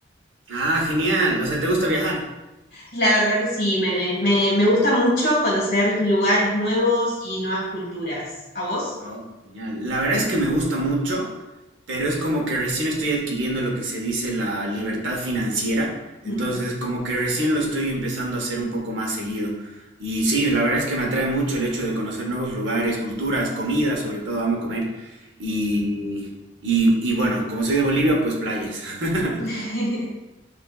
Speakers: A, on the right; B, on the left.
A: Ah, genial. O sea, ¿te gusta viajar?
B: La verdad que sí, me, me, me gusta mucho conocer lugares nuevos y nuevas culturas. ¿A vos?
A: Oh, genial. La verdad es que me gusta mucho, pero es como que recién estoy adquiriendo lo que se dice la libertad financiera. Entonces,
B: Mm.
A: como que recién lo estoy empezando a hacer un poco más seguido. Y sí, la verdad es que me atrae mucho el hecho de conocer nuevos lugares, culturas, comidas, sobre todo amo comer. Y, y, y bueno, como soy de Bolivia, pues playas. <laughs>
B: <laughs>